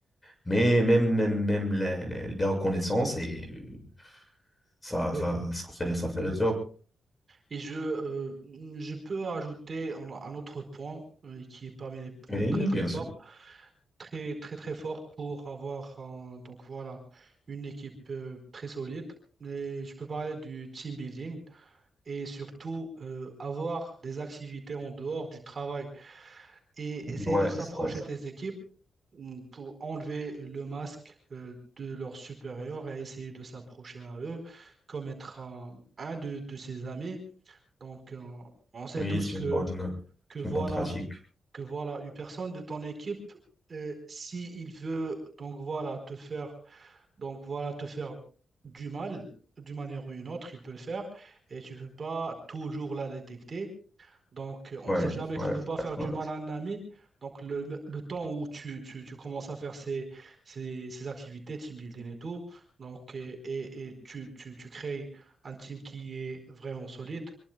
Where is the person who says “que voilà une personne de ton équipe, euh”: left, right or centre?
Right